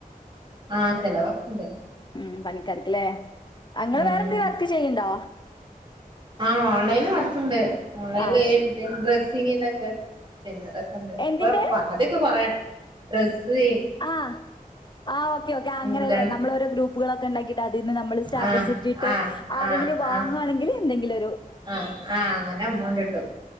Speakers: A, on the right (about 35°); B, on the left (about 30°).
A: ആഹ് ചെലവൊക്കെണ്ട്.
B: ഉം പണിക്കറക്ക്‌ലേ ആ ങ്ങള്
A: ഉം
B: വേറെന്തേം വർക്ക് ചെയ്യ്ണ്ടോ?
A: ആഹ് ഓൺലൈനിൽ വർക്കുണ്ട് ഓൺലൈനിൽഈ
B: ആ ശ്
A: ഡ്രെസിങ്ങിന്റെ ഒക്കെ. പിന്നെതൊക്കെ ഉണ്ട് ഇപ്പൊ
B: എന്തിന്റെ
A: ആദ്യൊക്കെ കൊറയാണ് ഡ്രസ്
B: ആഹ് ആ ഓക്കെ ഓക്ക അങ്ങനെല്ലേ
A: ഇതാണ്
B: നമ്മള ഓരോ ഗ്രൂപ്പുകളൊക്കെ ഉണ്ടാക്കിട്ട് അതിന്ന് നമ്മള് സ്റ്റാറ്റസ്
A: ആഹ്
B: ഇട്ടിട്ട്
A: ആഹ്
B: ആരെങ്കിലും
A: ആഹ്
B: വാങ്ങ
A: ആഹ്
B: ആണെങ്കിൽ എന്തെങ്കിലൊരു
A: ആഹ് ആ അങ്ങനെ എമ്മൗണ്ട് ട്ടും